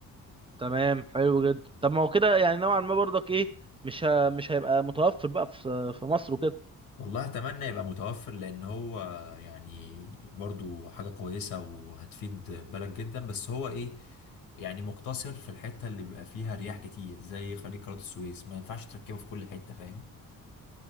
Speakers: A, on the right; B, on the left.
A: تمام حلو جدا طب ما هو كده يعني نوعا ما برضك ايه مش ه... مش هيبقى متوفر بقى في في مصر وكده
B: والله اتمنى يبقى متوفر لان هو يعني برضو حاجه كويسه وهتفيد بلد جدا بس هو ايه يعني مقتصر في الحته اللي بيبقى فيها رياح كتير زي خليج قناه السويس ما ينفعش تركبه في كل حته فاهم